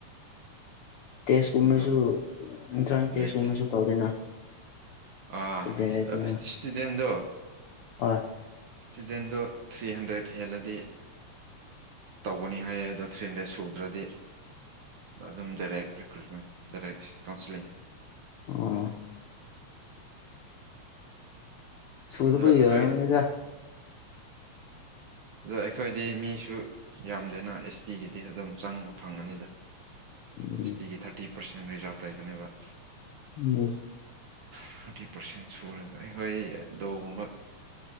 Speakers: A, on the left; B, on the right.
A: ꯇꯦꯁ ꯀꯨꯝꯕꯁꯨ
B: ꯅꯠꯇ꯭ꯔ
A: ꯏꯟꯇ꯭ꯔꯥꯟ ꯇꯦꯁꯀꯨꯝꯕꯁꯨ
B: ꯂꯩꯇꯦ
A: ꯇꯧꯗꯦꯅ
B: ꯑꯥ
A: ꯀꯩꯗꯧꯔꯤꯅꯣ
B: ꯏꯁꯇꯨꯗꯦꯟꯗꯣ
A: ꯍꯣꯏ
B: ꯏꯁꯇꯨꯗꯦꯟꯗꯣ ꯊ꯭ꯔꯤ ꯍꯟꯗ꯭ꯔꯦꯗ ꯍꯦꯜꯂꯗꯤ ꯇꯧꯒꯅꯤ ꯍꯥꯏꯌꯦ ꯑꯗꯣ ꯊ꯭ꯔꯤꯍꯟꯗ꯭ꯔꯦꯗ ꯁꯨꯗ꯭ꯔꯗꯤ ꯑꯗꯨꯝ ꯗꯥꯏꯔꯦꯛ ꯔꯤꯀꯔꯨꯏꯠꯃꯦꯟ ꯗꯥꯏꯔꯦꯛ ꯀꯥꯎꯟꯁꯤꯂꯤꯡ
A: ꯑꯣ ꯁꯨꯗꯕꯒꯤ
B: ꯑꯗꯣ ꯑꯩꯈꯣꯏ
A: ꯑꯣꯏꯔꯝꯅꯤꯗ꯫
B: ꯑꯗꯨ ꯑꯩꯈꯣꯏꯗꯤ ꯃꯤꯁꯨ ꯌꯥꯝꯗꯦꯅ ꯑꯦꯁ ꯇꯤꯒꯤꯗꯤ ꯑꯗꯨꯝ ꯆꯪꯕ ꯐꯪꯉꯅꯤꯗ꯫
A: ꯎꯝ
B: ꯑꯦꯁ ꯇꯤꯒꯤ ꯊꯥꯔꯇꯤ ꯄꯥꯔꯁꯦꯟ ꯔꯤꯖꯥꯞ ꯂꯩꯕꯅꯦꯕ꯫
A: ꯎꯝ꯫
B: ꯊꯥꯔꯇꯤ ꯄꯥꯔꯁꯦꯟ ꯁꯨꯔꯦꯕ ꯑꯩꯈꯣꯏ ꯂꯣꯒꯨꯝꯕ